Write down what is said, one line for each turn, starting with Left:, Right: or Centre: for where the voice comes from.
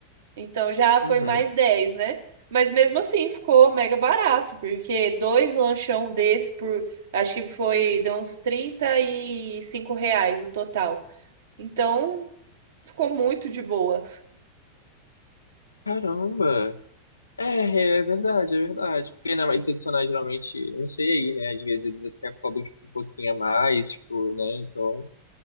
Right: Então já foi
Left: Uhum.
Right: mais 10, né? Mas mesmo assim ficou mega barato, porque dois lanchão desse por acho que foi deu uns 35 reais o total. Então ficou muito de boa.
Left: Caramba. É, é verdade, é verdade. Porque na mais adicionais geralmente, eu não sei aí, né? Às vezes eles até cobram tipo, um pouquinho a mais, tipo, né? Então